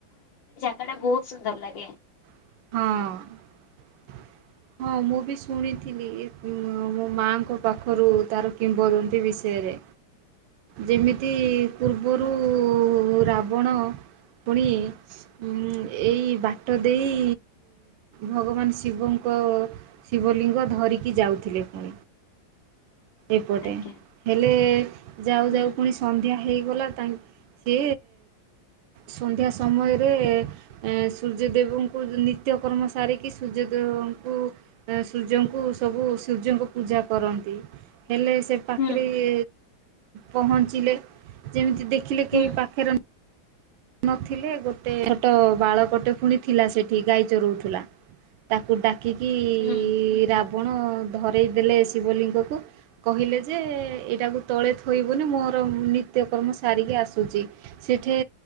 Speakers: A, on the left; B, on the right.
A: ସେଇଟା ବହୁତ ସୁନ୍ଦର ଲାଗେ।
B: ହଁ। ହଁ ମୁଁ ବି ଶୁଣିଥିଲି ମୋ ମାଙ୍କ ପାଖରୁ ତାର କିମ୍ବଦନ୍ତୀ ବିଷୟରେ। ଯେମିତି ପୂର୍ବରୁ
A: ହୁଁ
B: ରାବଣ ପୁଣି ଉଁ ଏଇ ବାଟ ଦେଇ ଭଗବାନ ଶିବଙ୍କୁ ଶିବ ଶିବଲିଙ୍ଗ ଧରିକି ଯାଉଥିଲେ ପୁ ଏପଟେ
A: ଆଜ୍ଞା
B: ହେଲେ ଯାଉ
A: ହୁଁ
B: ଯାଉ ପୁଣି ସନ୍ଧ୍ୟା ହେଇ ଗଲା ସି ସନ୍ଧ୍ୟା ସମୟରେ ସୂର୍ଯ୍ୟଦେବଙ୍କୁ ନିତ୍ୟକର୍ମ ସାରିକି ସୂର୍ଯ୍ୟଦେବଙ୍କୁ ସୂର୍ଯ୍ୟଙ୍କୁ ସବୁ ସୂର୍ଯ୍ୟଙ୍କୁ ପୂଜା କରନ୍ତି, ହେଲେ ସେ ପାଖରେ
A: ହୁଁ
B: ଏ ପହଞ୍ଚିଲେ ଯେମିତି ଦେଖ ଦେଖିଲେ
A: ହୁଁ
B: କେହି ପାଖରେ ନଥିଲେ ଗୋଟେ ଛୋଟ ବାଳ ଗଟେ ପୁଣିଥିଲା ସେଠି ଗାଈ ଚରଉଥିଲା ତାକୁ ଡାକି କି କି
A: ହୁଁ
B: ରା ଆପଣ ଧରାଇ ଦେେଲେ ଶିବଲିଙ୍ଗକୁ କହିଲେ ଯେ ଏଇଟାକୁ ତଳେ ଥୋଇବନି ମୋର ନିତ୍ୟକର୍ମ ସାରିକି ଆସୁଛି ସେଠେ